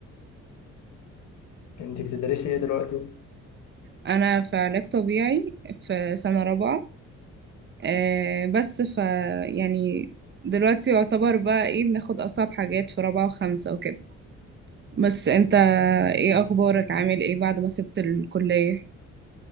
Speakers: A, on the left; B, on the right.
A: انت بتدرسي ايه دلوقتي
B: انا في علاج طبيعي في سنة رابعة آه، بس ف يعني دلوقتي يعتبر بقى ايه بناخد اصعب حاجات في رابعة وخمسة وكده بس انت ايه اخبارك عامل ايه بعد ما سبت الكلية؟